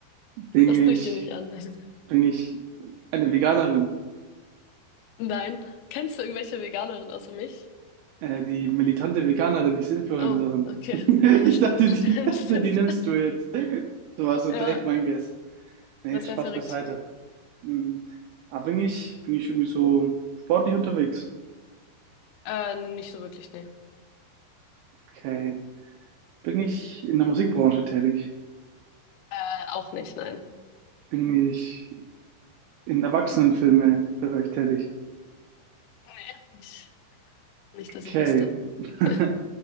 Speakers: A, on the right; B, on the left.
A: Bin
B: Das
A: ich,
B: tue ich dir nicht an. <laughs>
A: bin ich eine Veganerin?
B: Nein. Kennst du irgendwelche Veganerinnen außer mich?
A: Äh, die militante Veganerin, die Influencerin.
B: Oh, okay.
A: <laughs>
B: Ja,
A: Ich
B: stimmt,
A: dachte, die,
B: <laughs> stimmt,
A: ich dachte,
B: stimmt.
A: die nimmst du jetzt. So war so
B: Ja,
A: direkt mein Guess. Nee,
B: das
A: Spaß
B: wäre verrückt.
A: beiseite. Hm. Aber bin ich, bin ich irgendwie so sportlich unterwegs?
B: Äh, nicht so wirklich, nee.
A: Okay. Bin ich in der Musikbranche tätig?
B: Äh, auch nicht, nein.
A: Bin ich im Erwachsenenfilme-Bereich tätig?
B: Nee. Nicht, nicht, dass ich
A: Okay.
B: wüsste.
A: <laughs>
B: <laughs>